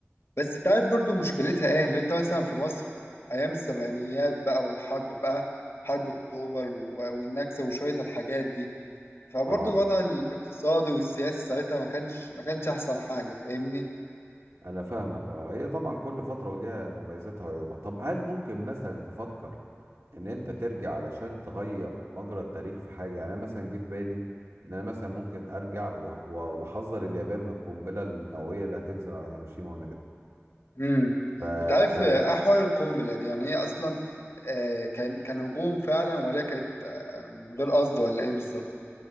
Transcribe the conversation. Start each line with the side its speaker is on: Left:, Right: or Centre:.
Left: بس تعرف برضو مشكلتها ايه اللي انت مثلا في مصر ايام السبعينيات بقى والحرب بقى حرب اكتوبر و- والنكسه وشويه الحاجات دي فبرضو
Right: اه
Left: الوضع الاقتصادي والسياسي ساعتها ما كانش ما كانش احسن حاجه فاهمني
Right: انا فاهمك اه هي طبعا كل فتره وليها مميزاتها وعيوبها طب هل ممكن مثلا تفكر ان انت ترجع علشان تغير مجرى التاريخ في حاجه يعني انا مثلا جه في بالي ان انا مثلا ممكن ارجع و- و- واحذر اليابان من القنبله النوويه اللي هتنزل على هيروشيما
Left: امم
Right: وناجازاكي
Left: انت عارف آه، احوال القنبله دي يعني هي اصلا آه، كان كان هجوم فعلا ولا كانت آه، من غير قصد ولا ايه بالظبط